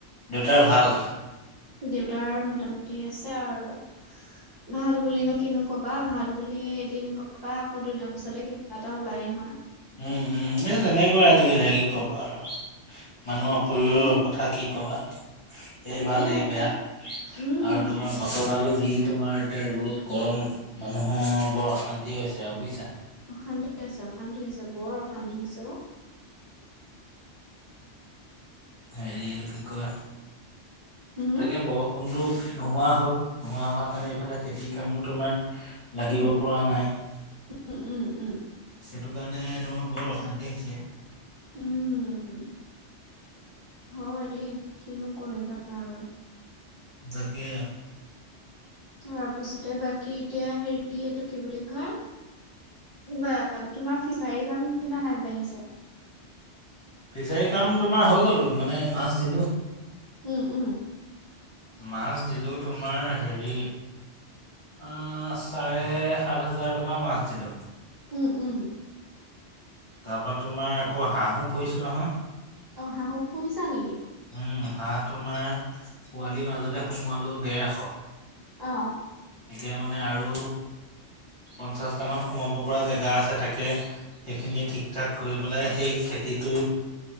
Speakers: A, on the left; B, on the right.
A: দেউতাৰ ভাল।
B: দেউতাৰ মোটামুটি আছে আৰু। ভাল বুলিুলিনো কিনো কবা ভাল বুলি এদিন কবা আকৌ দুদিনৰ পিছতে কিবা এটা ওলাই হয়।
A: উম উম এই তেনেকুৱা আজিকালি কি ক'বা আৰু। মানুহৰ
B: তাকেহে
A: শৰীৰৰ কথা কি কবা।
B: তাকেহে
A: এই ভাল এই বেয়া
B: উম
A: আৰু তোমাৰ বতৰডালো। যি তোমাৰ এতিয়া ৰ'দ গৰম মানুহৰ বৰ অশান্তি হৈছে আৰু বুজিছা।
B: অশান্তি হৈছে অশান্তি হৈছে বৰ অশান্তি হৈছে অ।
A: হেৰি এইটো কি কয়
B: উম
A: তাকে বৰষুণটো। নোহোৱা হ'ল নোহোৱা হোৱাৰ কাৰণে এইফালে খেতিৰ কামো তোমাৰ। লাগিব
B: উম
A: পৰা নাই সেইটো।
B: উম উম উম
A: স কাৰণে তোমাৰ বহুত অশান্তি হৈছে।
B: উম। হয় দেই কিনো কৰিবা আৰু।
A: দাকো।
B: তাৰ পাছতে বাকী এতিয়া হেৰি এইটো কি বুলি কয়। বা তোমাৰ ফিচাৰী কাম কিমান আগবাঢ়িছে।
A: ফিচাৰী কাম তোমাৰ হৈ গ'ল মানে মাছ দিলো।
B: উম উম।
A: মাছ দিলো তোমাৰ হেৰি। আহ চাৰে সাত হাজাৰ টকা মাছ দিলো।
B: উওম উম।
A: তাৰপৰা তোমাৰ আকৌ হাঁহো পুহিছো নহয়।
B: অ হাহু পুহিছা নেকি?
A: উম হাঁহ তোমাৰ, পোৱালিৰ মাজতে সোমোৱালো দেৰশ।
B: অ।
A: এতিয়া মানে আৰু পঞ্চাছটামান সোমাব পৰা জেগা আছে তাকে সেইখিনিত। ঠিক ঠাক কৰি পেলাই সেই খেতিটোৰ,